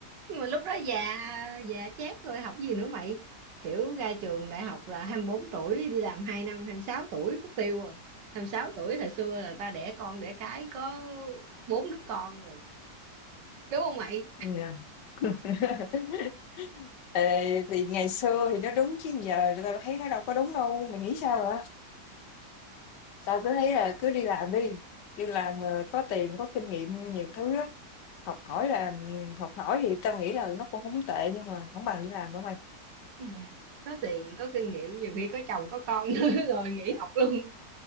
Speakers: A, on the right (about 80°); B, on the left (about 75°).
A: Nhưng mà lúc đó già già chát rồi học gì nữa mày kiểu ra trường đại học là 24 tuổi đi làm 2 năm 26 tuổi mất tiêu rồi 26 tuổi hồi xưa là ta đẻ con đẻ cái có bốn đứa con rồi đúng không mày
B: Yeah. <laughs> Ê, thì ngày xưa thì nó đúng chứ giờ tao thấy nó đâu có đúng đâu mày nghĩ sao hả tao cứ thấy là cứ đi làm đi đi làm mà có tiền có kinh nghiệm nhiều thứ lắm học hỏi là học hỏi thì tao nghĩ là nó cũng không tệ nhưng mà không bằng đi làm đâu mày
A: Dạ. có tiền có kinh nghiệm nhiều khi có chồng có con nữa <laughs> rồi nghỉ học luôn